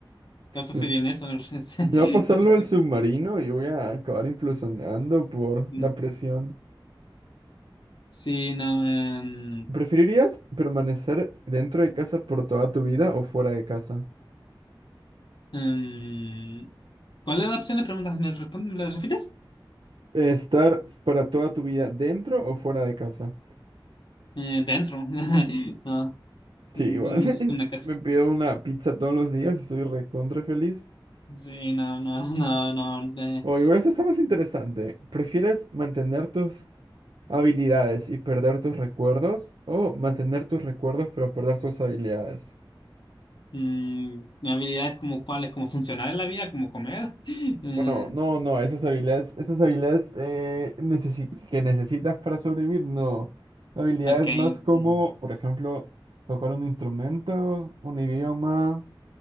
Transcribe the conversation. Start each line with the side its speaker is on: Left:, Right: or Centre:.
Left: todos prefieren
Right: Eh, Me
Left: eso, <laughs>
Right: me va a pasar
Left: eso
Right: lo
Left: sí.
Right: del submarino y voy a acabar implosionando por
Left: No.
Right: la presión.
Left: Sí, no. em,
Right: ¿Preferirías permanecer dentro de casa por toda tu vida o fuera de casa?
Left: em, ¿cuál es la opción de preguntas? ¿Me, respon- me la repites?
Right: ¿Estar para toda tu vida dentro o fuera de casa?
Left: Eh, dentro. <laughs> No.
Right: Sí,
Left: No
Right: igual.
Left: necesito
Right: <laughs>
Left: una casa.
Right: Me pido una pizza todos los días y soy recontra feliz.
Left: Sí, no, no, <laughs> no, no. de-
Right: O igual esta está más interesante. ¿Prefieres mantener tus Habilidades y perder tus recuerdos o mantener tus recuerdos pero perder tus habilidades.
Left: mm, mi habilidad es como cuál es como funcionar en la vida, como comer. <laughs> Eh,
Right: Bueno, no, no, esas habilidades, esas habilidades eh, necesi- que necesitas para sobrevivir, no. Habilidades
Left: ok.
Right: más como,
Left: mm,
Right: por ejemplo, tocar un instrumento, un idioma.